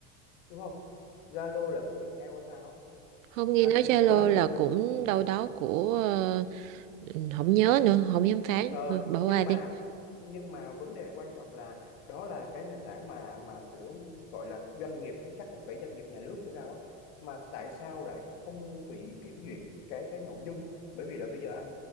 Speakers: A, on the left; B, on the right.
A: đúng không Zalo là của Viettel hay sao á,
B: Không nghe
A: anh
B: nói
A: không
B: Zalo
A: nhớ lắm
B: là
A: nhưng mà hình
B: cũng đâu đó của ờ, ừ, không nhớ nữa, không dám phán.
A: Ờ,
B: Thôi, bỏ
A: nhưng
B: qua đi.
A: mà nhưng mà vấn đề quan trọng là đó là cái nền tảng mà mà của gọi là doanh nghiệp chắc là phải doanh nghiệp nhà nước hay sao á mà tại sao lại không bị kiểm duyệt cái cái nội dung bởi vì là bây giờ anh